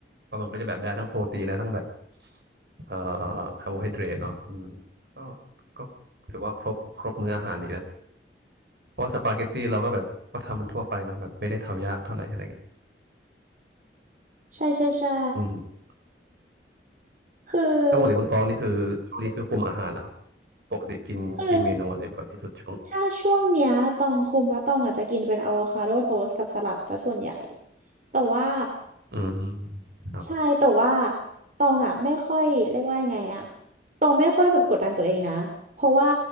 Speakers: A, on the right; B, on the right.
A: ก็มันก็จะแบบได้ทั้งโปรตีนและทั้งแบบเอ่อคาร์โบไฮเดรตเนาะอืมก็ก็ถือว่าครบครบมื้ออาหารดีนะเพราะว่าสปาเกตตี้เราก็แบบก็ทำมันทั่วไปเนาะแบบไม่ได้ทำยากเท่าไหร่อะไรเงี้ย
B: ใช่ใช่ใช่
A: อืม
B: คือ
A: ถ้าปกติคุณตองนี่คือช่วงนี้คือคุมอาหารเหรอครับปกติกินกินเมนูอะไรบ่อยที่สุดช่วง
B: คือถ้าช่วงเนี้ยตองคุมแล้วตองอาจจะกินเป็นอะโวคาโดโทสต์กับสลัดซะส่วนใหญ่แต่ว่า
A: อืมครับ
B: ใช่แต่ว่าตองอ่ะไม่ค่อยเรียกว่ายังไงอ่ะตองไม่ค่อยแบบกดดันตัวเองนะเพราะว่า